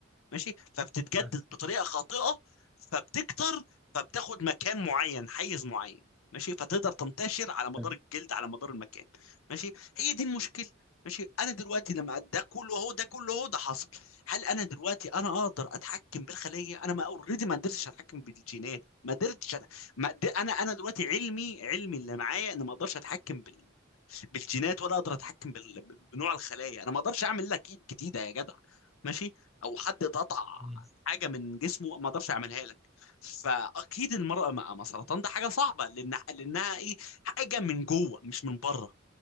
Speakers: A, on the left; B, in the centre.
A: ماشي فبتتجدد
B: حلو
A: بطريقه خاطئه فبتكتر فبتاخد مكان معين حيز معين ماشي فتقدر تنتشر على مدار
B: حلو
A: الجلد على مدار المكان ماشي هي دي المشكله ماشي انا دلوقتي لما ده كله اهو ده كله اهو ده حصل هل انا دلوقتي انا اقدر اتحكم بالخليه انا ما اوريدي ما قدرتش اتحكم بالجينات ما قدرتش أت- ما قد- انا انا دلوقتي علمي علمي اللي معايا انا ما اقدرش اتحكم بال بالجينات ولا اقدر اتحكم بال... بنوع الخلايا انا ما اقدرش اعمل لك ايد جديده يا جدع ماشي او حد اتقطع
B: مم.
A: حاجه من جسمه ما اقدرش اعملها لك فاكيد المراه مع مع سرطان ده حاجه صعبه لان لانها ايه حاجه من جوه مش من بره